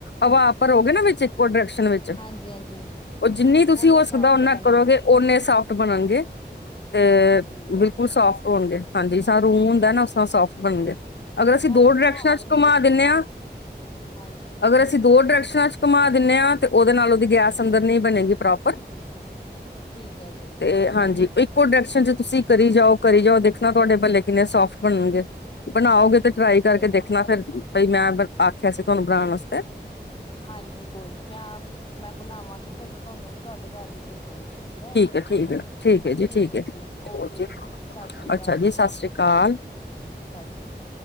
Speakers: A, on the left; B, on the left.
A: ਹਵਾ ਭਰੋਗੇ ਨਾ ਵਿੱਚ ਡਾਇਰੈਕਸ਼ਨ ਵਿੱਚ
B: ਹਾਂਜੀ-ਹਾਂਜੀ,
A: ਉਹ ਜਿੰਨੀ ਤੁਸੀਂ
B: ਓਨੇ
A: ਹੋ
B: ਸੋਫਟ
A: ਸਕਦਾ ਓਨਾ
B: ਬਣਨਗੇ,
A: ਕਰੋਗੇ ਓਨੇ ਸਾਫ਼ਟ ਬਣਨਗੇ ਤੇ
B: ਠੀਕ ਹੈ
A: ਬਿਲਕੁਲ
B: ਜੀ।
A: ਸਾਫਟ ਹੋਨਗੇ ਹਾਂਜੀ ਜਿਸਰਾ ਹੁੰਦਾ ਨਾ ਉਸ ਤਰ੍ਹਾਂ ਸੋਫਟ ਬਨਣ ਗਏ ਅਗਰ ਅਸੀਂ
B: ਮੈਂ
A: ਦੋ
B: ਵੀ
A: ਡਾਇਰੈਕਸ਼ਨਾਂ
B: ਬਣਾਵਾਂਗੀ,
A: ਚ ਘੁਮਾ ਦਿੰਨੇ ਆ
B: ਹਾਂਜੀ,
A: ਅਗਰ ਅਸੀਂ ਦੋ ਡਾਇਰੈਕਸ਼ਨਾਂ ਚ ਘੁੰਮਾ ਦਿੰਦੇ ਹਾਂ ਤੇ ਉਹਦੇ ਨਾਲ ਉਹਦੀ ਗੈਸ ਅੰਦਰ ਨਹੀਂ ਬਣੇਗੀ ਪ੍ਰੋਪਰ
B: ਠੀਕ ਐ ਜੀ
A: ਤੇ ਹਾਂਜੀ ਇੱਕੋ ਡਾਇਰੈਕਸ਼ਨ ਚ ਤੁਸੀਂ ਕਰੀ ਜਾਓ, ਕਰੀ ਜਾਓ ਦੇਖਣਾ ਤੁਹਾਡੇ ਭਲੇ ਕਿੰਨੇ ਸੋਫਟ ਬਣਨਗੇ ਬਨਾਓਗੇ ਤੇ ਟਰਾਈ
B: ਠੀਕ
A: ਕਰਕੇ
B: ਹੈ
A: ਦੇਖਣਾ
B: ਜੀ।
A: ਫਿਰ ਬਾਈ ਮੈਂ ਆਖਿਆ ਸੀ ਤੁਹਾਨੂੰ ਬਣਾਣ ਆਸਤੇ
B: ਹਾਂਜੀ ਕੋਈ ਨੀ ਮੈਂ ਆਪ ਮੈਂ ਬਣਾਵਾਂਗੀ ਫੇਰ ਮੈਂ ਤੁਹਾਨੂੰ ਤੁਹਾਡੇ ਘਰ ਵੀ ਭੇਜਾਂਗੀ ਠੀਕ ਐ,
A: ਹੈ ਠੀਕ ਹੈ ਹੈ ਜੀ
B: ਠੀਕ ਐ
A: ਹੈ ਜ਼ਰੂਰ
B: ਜੀ ਓਕੇ ਜੀ, ਸਤਿ ਸ੍ਰੀ ਅਕਾਲ
A: ਅੱਛਾ ਜੀ ਸਤਿ ਸ੍ਰੀ ਅਕਾਲ
B: ਸਤਿ ਸ਼੍ਰੀ ਅਕਾਲ।